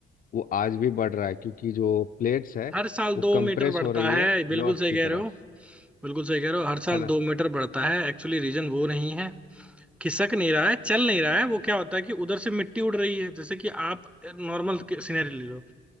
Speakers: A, on the left; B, in the centre.
A: वो आज भी बढ़ रहा है क्योंकि जो प्लेट्स है
B: हर साल
A: वो
B: दो
A: कंप्रेस
B: मीटर बढ़ता
A: हो रही
B: है
A: है
B: बिल्कुल
A: नॉर्थ
B: सही
A: की
B: कह
A: तरफ
B: रहे हो बिल्कुल सही कह रहे हो हर साल
A: है ना
B: दो मीटर बढ़ता है एक्चुअली रीजन वो नहीं है खिसक नहीं रहा है चल नहीं रहा है वो क्या होता है कि उधर से मिट्टी उड़ रही है जैसे कि आप नॉर्मल सिनेरियो ले लो